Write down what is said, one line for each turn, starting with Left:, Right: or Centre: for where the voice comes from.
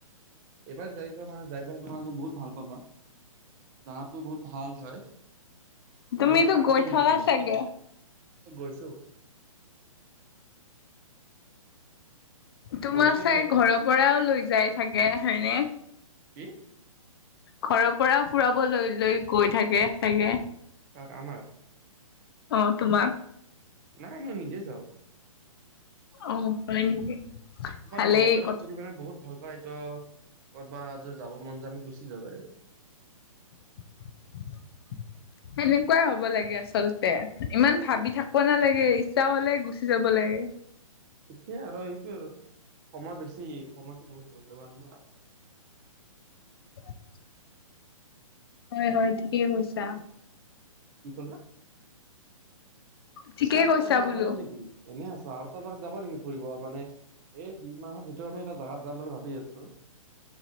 Right: এইবাৰ যাই পোৱা মানে যাই গ তোমালোকে বহুত ভাল পাবা যটো বহুত ভাল হয়।
Left: তুমিতো
Right: বহুত শান্তিপূৰ্ণ।
Left: গৈ থকা চাগে
Right: গৈছো।
Left: তোমাক
Right: গৈছো
Left: চাই
Right: য'ত
Left: ঘৰৰ পৰাও লৈ যায় থাকে হয়নে
Right: সিহ
Left: ঘৰৰ পৰা ফুৰাবলৈ লৈ গৈ থাকে চাগে
Right: তাক আমাৰ
Left: অ তোমাক
Right: নাই নাই নিজে যাওঁ।
Left: অ প নেকি।
Right: তোমাৰ
Left: ভালেই
Right: লগৰ কেইটা
Left: কথা
Right: ফুৰি মানে বহুত ভাল পায় ত কত'বা যাব মন যা আমি গুচি যওঁ।
Left: ঠিক। সেনেকুৱাই হব লাগে আচলতে ইমান ভাবি থাকিব নালাগে ইচ্ছা হলে গুচি যাব লাগে।
Right: ঠিকে আৰু এইটো সময় বেছি সময়তটো বহুত মূল্যবান ন।
Left: তুত। হয় হয় ঠিকেই কৈছা।
Right: কি কলা।
Left: ঠিকেই
Right: পিছে আৰু
Left: কৈছা
Right: এটা জাগাত
Left: বোলো
Right: যাব নেকি এনেই আছ আৰু এটা জাগাত যাবা নেকি ফুৰিব মানে- এই দুই মাহৰ ভিতৰত আমি এটা জাগাত যাম বুলি ভাবি আছো।